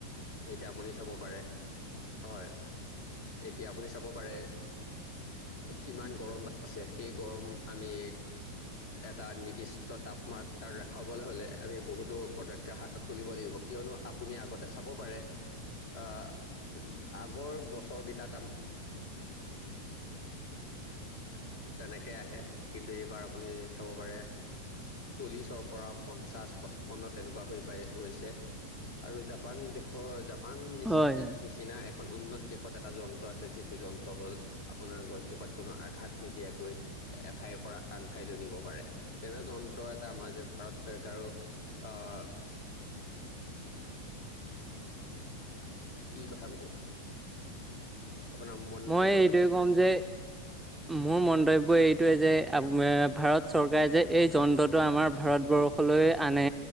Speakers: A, on the left (about 60°); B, in the centre.
A: এতিয়া আপুনি চাব পাৰে হয়। এতিয়া আপুনি চাব পাৰে কিমান গৰম বাাহিছে। সেই গৰম আমি এটা নিৰ্দিষ্ট তাপমাত্ৰাত ৰাখাবলৈ হ'লে আমি বহুত বহুতো পদক্ষেপ হাতত তুলিব লাগিব। কিয়নো আপুনি আগতে চাব পাৰে আহ আগৰ বছৰকেইটা তেনেকে আহে কিন্তু এইবাৰ আপুনি চাব পাৰে চল্লিছৰ পৰা পঞ্চাশ পঁচপন্ন তেনেকুৱা হৈ পাই গৈছে আৰু জাপান দেশৰ জাপান নি
B: হয় হয়
A: নিচিনা এখন উন্নত দেশত এটা যন্ত্ৰ আছে। যিটো যন্ত্ৰ হ'ল আপোনাৰ গছজোপাত কোনো আঘাত নিদিয়াকৈ এঠাইৰ পৰা আন ঠাইলৈ নিব পাৰে তেনে যন্ত্ৰ এটা আমাৰ যে ভাৰত চৰকাৰো আহ অ' কি কথা ক'ব। আপোনাৰ মন্তব্যটো
B: মই এইটোৱে
A: কব
B: কম যে মোৰ মন্তব্য এইটোয়ে যে আ ভাৰত চৰকাৰে যে এই যন্ত্ৰটো আমাৰ ভাৰতবৰ্ষলৈ আনে